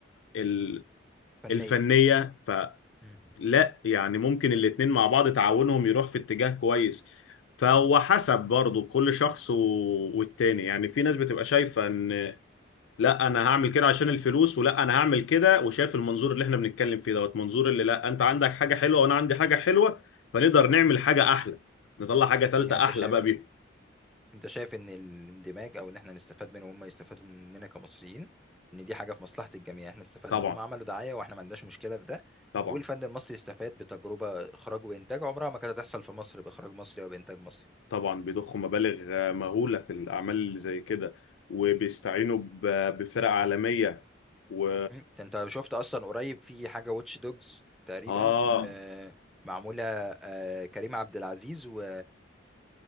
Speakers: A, on the left (about 80°); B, in the centre.
A: ال-
B: فنية
A: الفنية فلا
B: مم.
A: يعني ممكن الاتنين مع بعض تعاونهم يروح في اتجاه كويس فهو حسب برضه كل شخص و... والتاني يعني في ناس بتبقى شايفة ان لا انا هعمل كده عشان الفلوس ولا انا هعمل كده وشايف المنظور اللي احنا بنتكلم فيه دوت منظور اللي لا انت عندك حاجه حلوه وانا عندي حاجه حلوه فنقدر نعمل حاجه احلى نطلع حاجه ثالثه
B: يعني انت
A: احلى
B: شايف
A: بقى بيهم
B: انت شايف ان الاندماج او ان احنا نستفاد منه وهم يستفادوا مننا كمصريين ان دي حاجة في مصلحة الجميع احنا استفدنا
A: طبعا
B: هم عملوا دعاية واحنا ما عندناش مشكلة في ده
A: طبعا
B: والفن المصري استفاد بتجربة اخراج وانتاج عمرها ما كانت هتحصل في مصر باخراج مصري او بانتاج مصري
A: طبعا بيضخوا مبالغ آه، مهوله في الاعمال اللي زي كده وبيستعينوا ب- بفرق عالميه و
B: مم. ده انت شفت اصلا قريب في حاجة واتش دوجز تقريبا
A: اه
B: آه معمولة آه كريم عبد العزيز و...